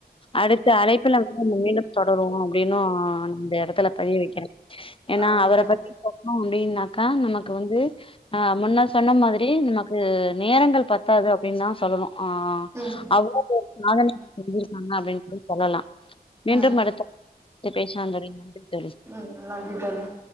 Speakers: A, on the left (about 30°); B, on the right (about 15°).
A: அடுத்த அழைப்புலா நம்ம மேலு தொடருவோ அப்டின்னும் அந்த இடத்துல பதிய வைக்கனும் ஏன்னா
B: ஆ
A: அவரை
B: கண்டிப்பா
A: பத்தி சொன்னோ அப்டியின்னா அக்கா நமக்கு வந்து ஆஹ முன்ன சொன்ன மாதிரி நமக்கு நேரங்கள் பத் தாது அப்படின்னு தா சொல்லணும் ஆஹ்
B: ம்
A: அவ்வளவு பெரிய சாதனைகள் செஞ்சிருக்காங்க அப்படின்னு கூட சொல்லலாம் மீண்டும்
B: ம்
A: அடுத்த பேசலாம் தோழி நன்றி தோழி
B: ம் நன்றி தோழி